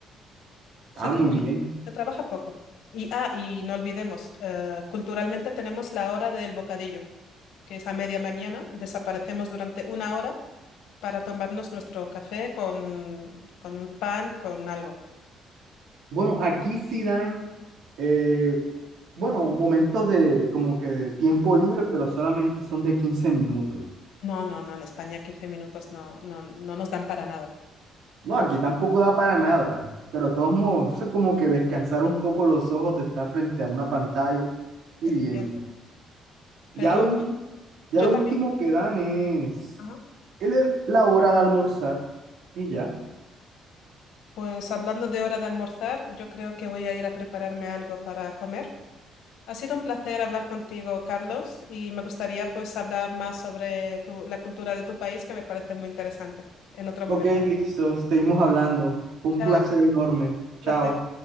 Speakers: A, on the left (about 85°); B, on the right (about 70°).
A: Se
B: Ah,
A: trabaja,
B: muy bien.
A: se trabaja poco. Y, ah, y no olvidemos, eh, culturalmente tenemos la hora del bocadillo, que es a media mañana. Desaparecemos durante una hora para tomarnos nuestro café con, con un pan, con algo.
B: Bueno, aquí sí dan, eh, bueno, momentos de como que de tiempo libre, pero solamente son de 15 minutos.
A: No, no, no, en España 15 minutos no, no, no nos dan para nada.
B: No, aquí tampoco da para nada, pero de todos modos, eso es como que descansar un poco los ojos de estar frente a una pantalla y
A: Entiendo.
B: bien. Ya
A: Pero
B: lo, ul- ya
A: yo
B: lo
A: también,
B: último que dan es
A: ajá,
B: el- el- la hora de almorzar y ya.
A: Pues hablando de hora de almorzar, yo creo que voy a ir a prepararme algo para comer. Ha sido un placer hablar contigo, Carlos, y me gustaría pues hablar más sobre tu- la cultura de tu país, que me parece muy interesante. En otro
B: Ok,
A: momento.
B: listo, seguimos hablando. Fue un
A: Chao,
B: placer enorme. Chao.
A: placer.